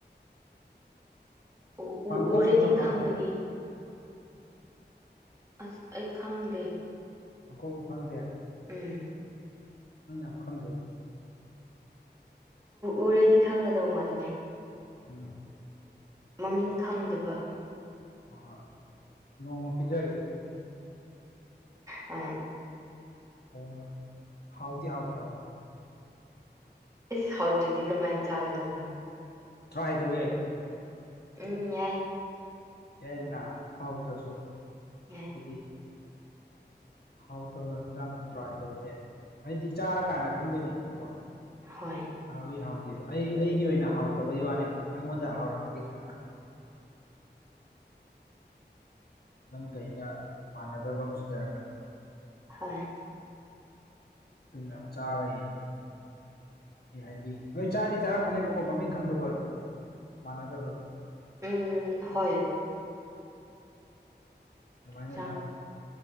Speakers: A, on the right (about 15°); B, on the left (about 65°).
A: ꯎ
B: ꯄꯥꯡꯈꯣꯛ
A: ꯎ ꯎꯔꯗꯤ
B: ꯈꯪꯕ꯭ꯔ ꯄꯥꯡꯈꯣꯛ
A: ꯈꯪꯒꯅꯤ ꯑꯁ ꯑꯩ ꯈꯪꯗꯦ
B: ꯑꯪꯀꯣꯏꯁꯨ ꯈꯪꯗꯦ
A: ꯎꯝ
B: ꯌꯥꯝ ꯈꯒ
A: ꯎꯔꯗꯤ ꯈꯪꯒꯗꯧ ꯃꯥꯜꯂꯦ
B: ꯎꯝ
A: ꯃꯃꯤꯡ ꯈꯪꯗꯕ
B: ꯍ ꯃꯣꯡꯃ ꯄꯤꯖꯒꯦ
A: ꯍ
B: ꯑꯣ ꯍꯥꯎꯗꯤ ꯍꯥꯎ ꯇ
A: ꯏꯁ ꯍꯥꯎꯠꯇꯨꯗꯤ ꯀꯃꯥꯏꯅ ꯆꯥꯒꯗꯧꯕ
B: ꯊꯥꯏ ꯇꯧꯒꯦ ꯀꯌꯥ
A: ꯎꯝ ꯋꯥ
B: ꯌꯥꯏꯗꯅ ꯍꯥꯎꯇ꯭ꯔꯁꯨ
A: ꯌꯥꯏ
B: ꯍꯥꯏꯗꯤ ꯍꯥꯎ ꯇꯧꯔ ꯌꯦꯟꯁꯥꯡꯗ ꯇ꯭ꯔꯥꯏ ꯇꯧꯕꯋ ꯌꯥꯏ ꯍꯥꯏꯗꯤ ꯆꯥꯔꯀꯥꯟꯗ ꯈꯪꯗꯣꯏꯅꯤꯅꯀꯣ
A: ꯍꯣꯏ
B: ꯍꯥꯎ ꯍꯥꯎ ꯑꯩ ꯑꯩꯒꯤ ꯑꯣꯏꯅ ꯍꯥꯎꯇꯕ ꯋꯥꯅꯦꯕ ꯅꯪꯉꯣꯟꯗ ꯍꯥꯎꯔꯃꯗꯤ ꯀ ꯈꯪꯉꯦꯀꯣ ꯅꯪ ꯀꯩꯒ ꯃꯥꯟꯅꯗꯕ ꯑꯃꯁꯨ ꯂꯩꯔꯝꯃꯅꯤ
A: ꯍꯣꯏ
B: ꯎ ꯆꯥ ꯑꯦ ꯍꯥꯏꯗꯤ ꯅꯣꯏ ꯆꯥꯗꯤ ꯆꯥꯔꯝꯒꯅꯦꯕꯀꯣ ꯃꯃꯤꯡ ꯈꯪꯗꯕ ꯑꯣꯏꯔꯝꯒꯅꯦꯕ ꯃꯥꯟꯅꯗꯕ
A: ꯎꯝ ꯍꯣꯏ
B: ꯃꯥꯏꯅꯦꯁ
A: ꯆꯥ